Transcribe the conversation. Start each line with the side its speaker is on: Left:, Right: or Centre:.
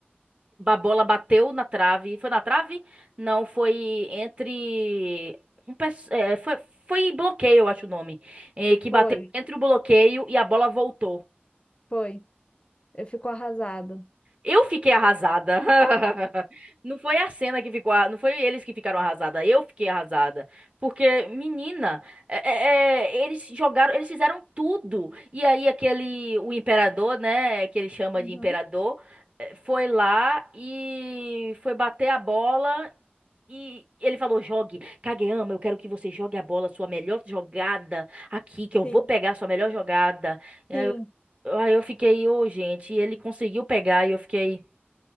Right: a bola bateu na trave. Foi na trave? Não, foi entre. Um, pes- é, foi, foi bloqueio, eu acho o nome. É, que bateu
Left: Foi,
Right: entre o bloqueio e a bola voltou.
Left: foi. Eu fico arrasado.
Right: Eu fiquei arrasada. <laughs> Não foi a cena que ficou, a- não foi eles que ficaram arrasada, eu fiquei arrasada, porque menina, é- é- é, eles jogaram, eles fizeram tudo. E aí aquele o imperador, né, que ele chama
Left: Uhum.
Right: de imperador, eh, foi lá e foi bater a bola e ele falou: "Jogue, Kageyama, eu quero que você jogue a bola, sua melhor jogada aqui, que eu
Left: Sim,
Right: vou pegar a sua melhor jogada."
Left: sim.
Right: Aí eu fiquei, ô, gente, e ele conseguiu pegar e eu fiquei,